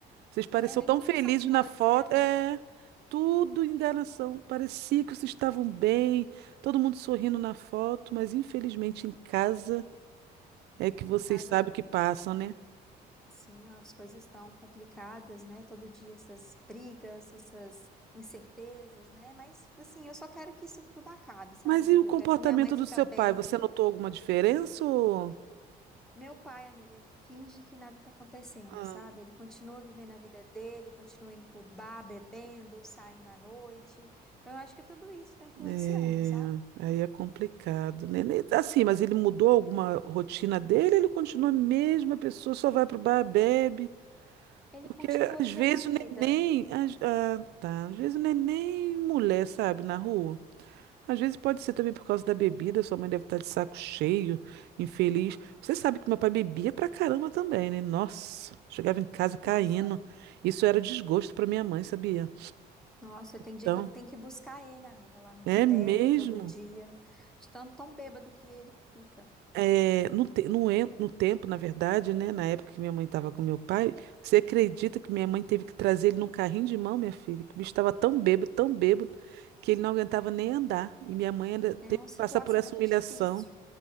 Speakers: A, on the right; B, in the centre.
A: Vocês pareciam
B: É, nem
A: tão
B: tudo
A: felizes
B: são flores,
A: na foto.
B: né, amiga?
A: É, tudo enganação. Parecia que vocês estavam bem, todo mundo sorrindo na foto, mas infelizmente em casa é que vocês
B: Em casa,
A: sabem o que passam, né?
B: sim, as coisas estão complicadas, né? Todo dia essas brigas, essas incertezas, né? Mas, assim, eu só quero que isso tudo acabe, sabe,
A: Mas
B: amiga?
A: e o comportamento
B: Eu quero que minha mãe fique
A: do seu
B: bem.
A: pai? Você notou alguma diferença ou...
B: Meu pai, amiga, ele finge que nada tá acontecendo,
A: Ah,
B: sabe? Ele continua vivendo a vida dele, continua indo pro bar, bebendo, saindo à noite. Então, eu acho que tudo isso tá influenciando,
A: É,
B: sabe?
A: aí é complicado, né? Ne- Assim, mas ele mudou alguma rotina dele, ele continua a mesma pessoa, só vai pro bar, bebe.
B: Ele
A: Porque
B: continua
A: às
B: vivendo
A: vezes
B: a vida.
A: o neném. às- ah, tá. Às vezes o neném, mulher, sabe, na rua. Às vezes pode ser também por causa da bebida, sua mãe deve estar de saco cheio, infeliz. Você sabe que meu pai bebia pra caramba também, né? Nossa, chegava em casa caindo.
B: Nossa.
A: Isso era desgosto pra minha mãe, sabia?
B: Nossa, tem dia
A: Então,
B: que eu tenho que buscar ele, amiga, lá no
A: é
B: boteco
A: mesmo.
B: todo dia, de tanto tão bêbado que ele fica.
A: É, no, te- no, en- no tempo, na verdade, né? Na época que minha mãe estava com meu pai, você acredita que minha mãe teve que trazer ele num carrinho de mão, minha filha? Que o bicho estava tão bêbado, tão bêbado, que ele não aguentava nem andar. E minha mãe ainda
B: É
A: teve
B: uma
A: que
B: situação
A: passar por essa
B: muito
A: humilhação.
B: difícil.